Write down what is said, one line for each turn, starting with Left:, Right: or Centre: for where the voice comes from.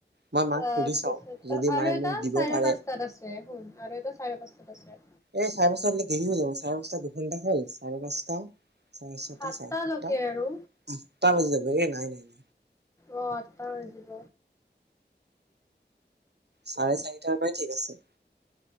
Right: মই মাক
Left: তাৰপিছত
Right: সুধি চাওঁ যদি
Left: আৰু
Right: মায়ে
Left: এটা
Right: মোক দিব
Left: চাৰে
Right: পাৰে
Left: পাঁচটাত আছে শুন আৰু এটা চাৰে পাঁচাত চছে
Right: এই চাৰে পাঁচটা হলে দেৰি হৈ যাব চাৰে পাঁচটা দুঘণ্টা হ'ল চাৰে পাঁচটা চাৰে ছটা
Left: সাতটালৈকে
Right: চাৰে সাতটা
Left: আৰু
Right: আঠটা বাজি যাব এ নাই নাই ন
Left: অ আটা বাজিব
Right: চাৰে চাৰিটাৰ পৰাই ঠিক আছে